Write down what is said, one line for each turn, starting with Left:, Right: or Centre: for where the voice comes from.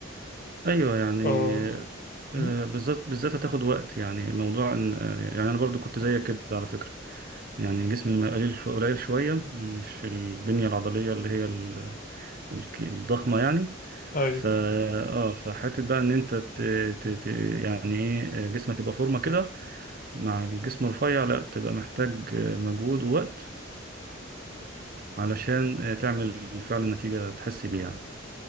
Right: ايوه يعني
Left: آه م?
Right: آه، بالذات بالذات هتاخد وقت يعني موضوع ان آه، يعني انا برضو كنت زيك كده على فكره يعني جسمي ما قليل شو- قليل شويه مش البنيه العضليه اللي هي ال- الك- الضخمه يعني
Left: أيوه
Right: ف اه فحته بقى ان انت ت... ت... ت... يعني ايه آه، جسمك يبقى فورمه كده مع الجسم الرفيع لا تبقى محتاج آه، مجهود ووقت علشان آه، تعمل فعلا نتيجه تحس بيها